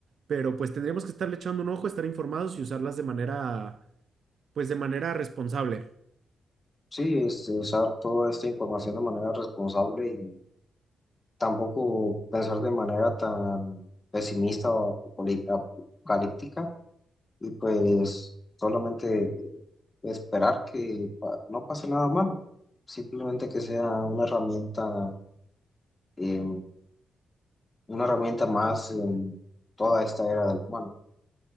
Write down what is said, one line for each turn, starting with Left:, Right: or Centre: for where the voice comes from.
Right: pero pues tendríamos que estarle echando un ojo, estar informados y usarlas de manera, pues de manera responsable.
Left: Sí, este, usar toda esta información de manera responsable y tampoco pensar de manera tan pesimista o apocalí- apocalíptica y pues solamente esperar que pa- no pase nada malo, simplemente que sea una herramienta, eh, una herramienta más en toda esta era del humano.